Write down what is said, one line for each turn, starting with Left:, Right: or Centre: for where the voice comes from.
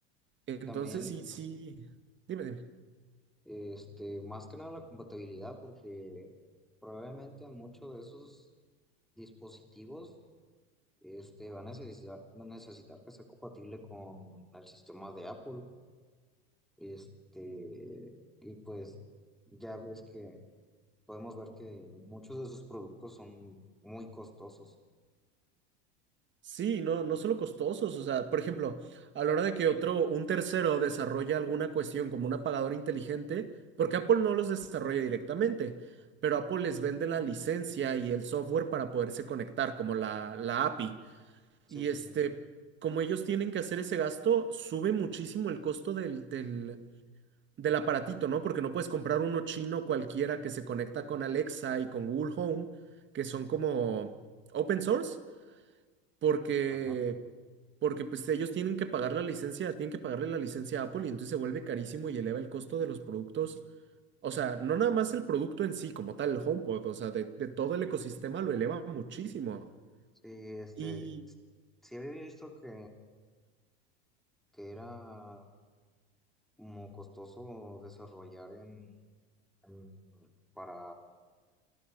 Right: Entonces
Centre: También,
Right: sí, sí, dime, dime.
Centre: este, más que nada la compatibilidad, porque probablemente en muchos de esos dispositivos, este, va a necesitar, van a necesitar que sea compatible con el sistema de Apple, este, y pues ya ves que podemos ver que muchos de sus productos son muy costosos.
Right: Sí, no, no solo costosos, o sea, por ejemplo, a la hora de que otro, un tercero desarrolla alguna cuestión como un apagador inteligente, porque Apple no los desarrolla directamente, pero Apple les vende la licencia y el software para poderse conectar, como la, la API. Y
Centre: Sí, sí,
Right: este,
Centre: sí.
Right: como ellos tienen que hacer ese gasto, sube muchísimo el costo del, del, del aparatito, ¿no? Porque no puedes comprar uno chino cualquiera que se conecta con Alexa y con Google Home, que son como open source porque,
Centre: Ajá.
Right: porque pues ellos tienen que pagar la licencia, tienen que pagarle la licencia a Apple y entonces se vuelve carísimo y eleva el costo de los productos. O sea, no nada más el producto en sí, como tal, el HomePod, o sea, de, de todo el ecosistema lo eleva muchísimo.
Centre: Sí, este,
Right: Y
Centre: sí había visto que, que era como costoso desarrollar en, en- para,